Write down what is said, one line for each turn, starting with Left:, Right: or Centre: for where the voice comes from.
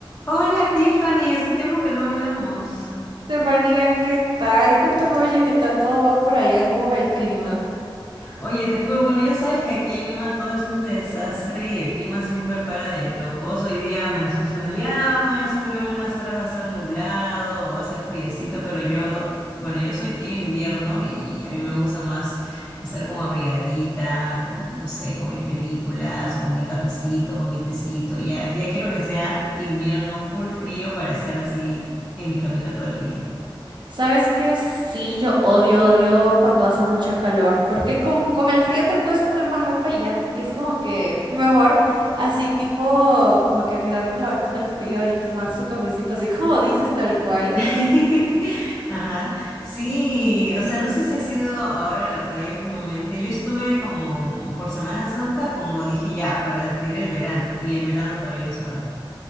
Left: Hola Tiffany, hace tiempo que no hablamos.
Right: Estefanía, ¿qué tal? Cuéntame, oye, ¿qué tal todo va por allá? ¿Cómo va el clima?
Left: Oye, te juro, bueno, ya sabes que aquí en Lima todo es un desastre y el clima siempre para de locos. Hoy día amaneció soleado, ya seguro en unas horas va a ser nublado, va a ser friecito, pero yo, bueno, yo soy team invierno y a mí me gusta más estar como abrigadita, con, no sé, con mis películas, con mi cafecito, con mi tecito. Ya, ya quiero que sea invierno full frío para estar así en mi camita todo el día.
Right: Sabes que sí, yo odio, odio cuando hace mucha calor, porque con, con el frío te puedes poner más ropa y ya. Y es como que mejor así tipo, como que mirar por la ventana el frío y tomar su cafecito, así como dices tal cual.
Left: <laughs> Ajá. Sí, o sea, no sé si has ido ahora a la playa últimamente. Yo estuve como por Semana Santa, como dije ya, para despedir el verano, y el verano todavía no se va.